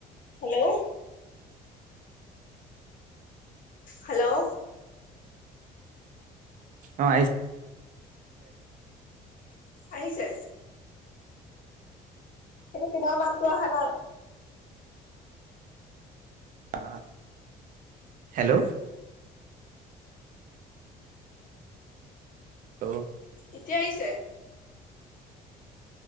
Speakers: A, on the left (about 50°); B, on the right (about 50°).
A: hello. হেল্ল'।
B: অ', আহিছে
A: আহিছে। এতিয়া তোমাৰ মাততো অহা নাই।
B: আ, হেল্ল'। লো
A: এতিয়া আহিছে।